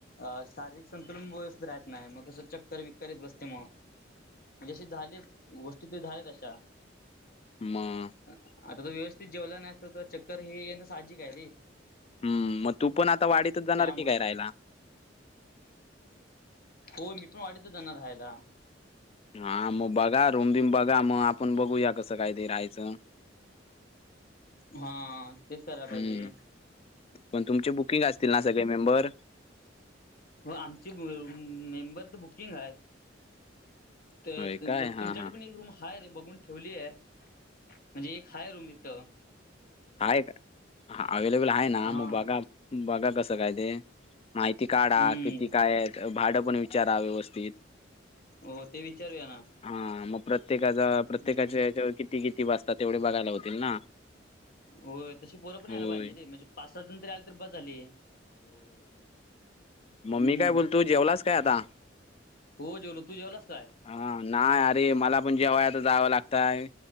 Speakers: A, on the left (about 50°); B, on the left (about 30°).
A: अ शारीरिक संतुलन व्यवस्थ राहत नाही, मग कसं चक्कर विकक येत बसते मग म्हणजे ज झालेत गोष्टी ते झाल्यात अशा
B: मग.
A: आता तो व्यवस्थित जेवला नाहीस तर चक्कर हे येन साजिक आहे.
B: हम्म मग तू पण आता वाढीतच जाणार
A: त्यामुळे
B: की काय राहायला.
A: हो मी पण वाडी तच जाणार हो राहयला.
B: हा मग बघा रूम बीम बघा, मग आपण बघूया कसं कायत राहायचं.
A: हा तेच करायला
B: हम्म
A: पाहिजे.
B: पण तुमचे बुकिंग असतील ना सगळे मेंबर
A: हो आमचे मेंबर तर बुकिंग आहेत. तर
B: होय
A: तुमच्यासाठी
B: काय हां हां
A: पण एक रूम हाय रे बघून ठेवलीय म्हणजे एक हाय रूम इथं
B: हाय का हा अवेलेबल आहे, ना
A: हा
B: मग बघा बघा कसं काय ते माहिती काढा
A: हम्म
B: किती काय आहेत, भाडं पण विचारा व्यवस्थित
A: हो ते विचारूया ना
B: हा मग प्रत्येकाचा
A: हम्म
B: प्रत्येकाच्या याच्यावर कि किती किती बसतात तेवढे बघायला होतील ना.
A: होय तशी पोरं पण
B: होय
A: यायला पाहिजे रे म्हणजे पाच सात जण जरी आले तरी बस झाली. हम्म
B: म मी काय बोलतो, जेवलास काय आता?
A: हो जेवलो तू जेवलास काय
B: हा नाही अरे मला पण जेवाय आता जावं लागतंय